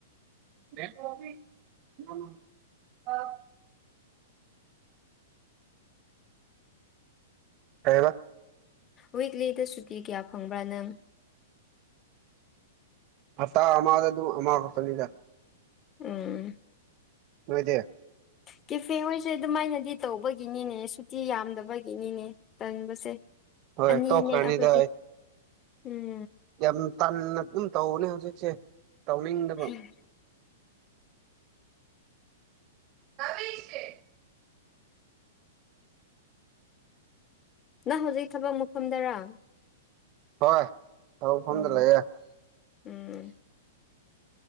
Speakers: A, on the right; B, on the left.
A: <unintelligible> ꯍꯥꯏꯕ
B: ꯋꯤꯛꯂꯤꯗ ꯁꯨꯇꯤ ꯀꯌꯥ ꯐꯪꯕ꯭ꯔꯥ ꯅꯪ
A: ꯍꯇꯥ ꯑꯃꯗ ꯑꯗꯨꯝ ꯑꯃ ꯈꯛꯇꯅꯤꯗ
B: ꯎꯝ
A: ꯃꯗꯦ
B: ꯀꯦꯐꯦ ꯍꯣꯏꯁꯦ ꯑꯗꯨꯃꯥꯏꯅꯗꯤ ꯇꯧꯕꯒꯤꯅꯤꯅꯦ ꯁꯨꯇꯤ ꯌꯥꯝꯗꯕꯒꯤꯅꯤꯅꯦ ꯇꯟꯕꯁꯦ
A: ꯍꯣꯏ
B: ꯑꯅꯤꯅꯦ
A: ꯇꯣꯛꯈ꯭ꯔꯅꯤꯗ
B: ꯑꯩꯈꯣꯏꯗꯤ
A: ꯑꯩ
B: ꯎꯝ
A: ꯌꯥꯝ ꯇꯟꯅ ꯑꯗꯨꯝ ꯇꯧꯅꯦ ꯍꯧꯖꯤꯛꯁꯦ ꯇꯧꯗ
B: ꯍꯝ
A: ꯀꯕꯤ ꯏꯁꯇꯦ
B: ꯅꯪ ꯍꯧꯖꯤꯛ ꯊꯕꯛ ꯃꯨꯐꯝꯗꯔꯥ
A: ꯍꯣꯏ ꯇꯐꯝꯗ
B: ꯑꯣ
A: ꯂꯩꯌꯦꯦ
B: ꯎꯝ